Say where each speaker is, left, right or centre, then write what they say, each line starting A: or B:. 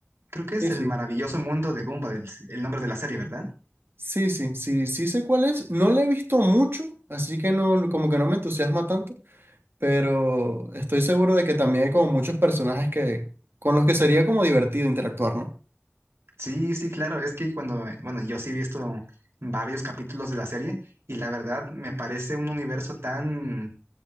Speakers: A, on the right; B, on the right.
A: Creo que es
B: Sí,
A: el
B: sí.
A: maravilloso mundo de Gumball, el, el nombre de la serie, ¿verdad?
B: Sí, sí, sí, sí sé cuál es. No la he visto mucho, así que no, como que no me entusiasma tanto, pero estoy seguro de que también hay como muchos personajes que, con los que sería como divertido interactuar, ¿no?
A: Sí, sí, claro. Es que cuando, bueno, yo sí he visto varios capítulos de la serie y la verdad me parece un universo tan